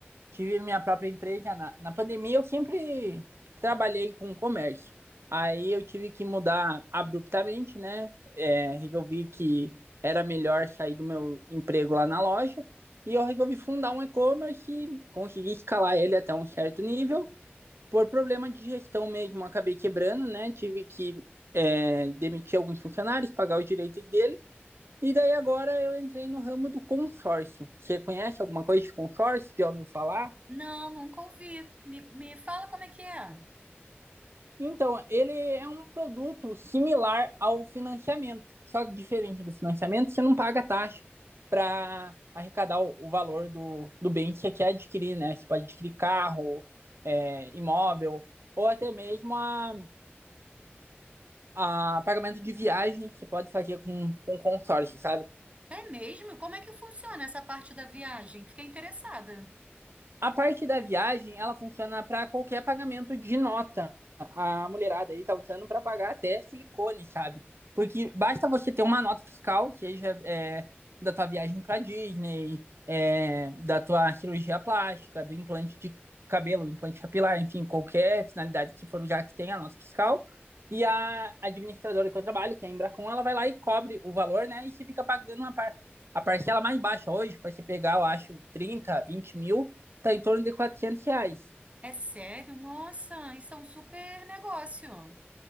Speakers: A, on the right; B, on the right.
A: tive minha própria empresa. Na, na pandemia, eu sempre trabalhei com comércio. Aí eu tive que mudar abruptamente, né? É, resolvi que era melhor sair do meu emprego lá na loja. E eu resolvi fundar um e-commerce e consegui escalar ele até um certo nível. Por problema de gestão mesmo, acabei quebrando, né? Tive que é, demitir alguns funcionários, pagar os direitos dele. E daí agora eu entrei no ramo do consórcio. Você conhece alguma coisa de consórcio? Já ouviu falar?
B: Não, nunca ouvi. Me, me fala como é que é.
A: Então, ele é um produto similar ao financiamento, só que diferente do financiamento, você não paga taxa para arrecadar o, o, valor do, do bem que você quer adquirir, né? Você pode adquirir carro, é, imóvel, ou até mesmo a, a pagamento de viagem que você pode fazer com, com consórcio, sabe?
B: É mesmo? Como é que funciona essa parte da viagem? Fiquei interessada.
A: A parte da viagem, ela funciona para qualquer pagamento de nota. A mulherada aí tá usando para pagar até silicone, sabe? Porque basta você ter uma nota fiscal, seja é, da tua viagem para Disney, é, da tua cirurgia plástica, do implante de cabelo, implante capilar, enfim, qualquer finalidade que for já que tenha a nota fiscal. E a administradora que eu trabalho, que é a Embracon, ela vai lá e cobre o valor, né? E você fica pagando uma par a parcela mais baixa hoje, para você pegar, eu acho, 30, 20 mil, tá em torno de 400 reais.
B: É sério? Nossa, isso é um super negócio.